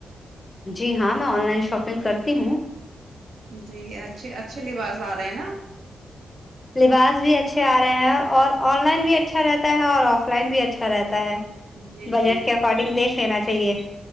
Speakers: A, on the left (about 20°); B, on the right (about 80°).
A: جی ہاں میں آن لائن شاپنگ کرتی ہوں
B: جی اچھے اچھے لباس آ رہے ہیں نا
A: لباس بھی اچھے آ رہے ہیں اور آن لائن بھی اچھا رہتا ہے اور آف لائن بھی اچھا رہتا ہے
B: جی
A: بجٹ
B: جی
A: کے اکارڈنگ دیکھ لینا چاہیے